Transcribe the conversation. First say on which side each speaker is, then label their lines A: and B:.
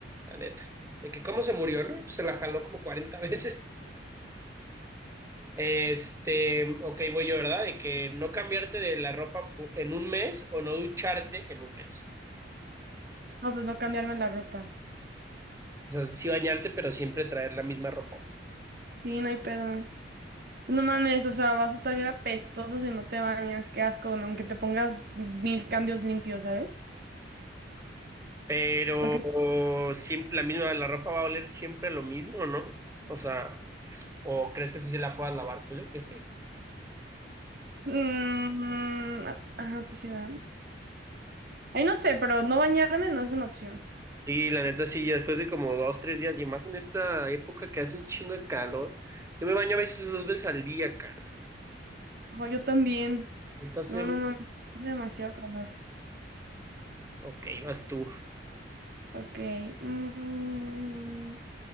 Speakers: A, on the right; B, on the right.
A: La neta. De que cómo se murió, ¿no? Pues se la jaló como 40 <laughs> veces. Este, ok, voy yo, ¿verdad? De que no cambiarte de la ropa pu- en un mes o no ducharte en un mes.
B: no, pues no cambiarme la ropa.
A: O sea, sí bañarte, pero siempre traer la misma ropa.
B: Sí, no hay pedo. No mames, o sea, vas a estar bien apestoso si no te bañas, qué asco, ¿no? aunque te pongas mil cambios limpios, ¿sabes?
A: Pero
B: Ok.
A: siempre la misma, la ropa va a oler siempre lo mismo, ¿no? O sea, ¿o crees que eso sí la puedas lavar? Pues yo creo que sí, ¿no?
B: Mm, ah, ajá, pues sí, ¿verdad? Ay, no sé, pero no bañarme no es una opción.
A: Sí, la neta sí, ya después de como dos, tres días y más en esta época que hace un chingo de calor, yo me baño a veces dos veces al día, cara.
B: Ojo, yo también.
A: Entonces,
B: No, no mames, es demasiado calor.
A: ok, vas tú.
B: Ok. mm,